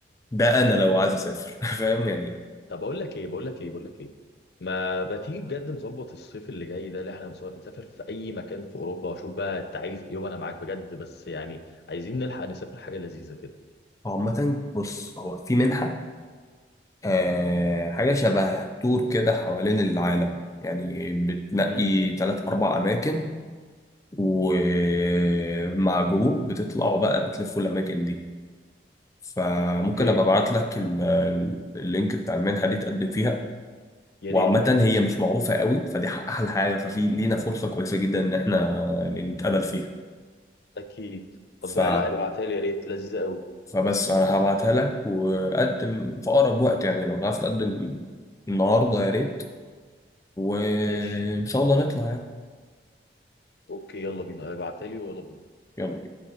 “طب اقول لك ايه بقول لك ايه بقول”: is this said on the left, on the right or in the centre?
Left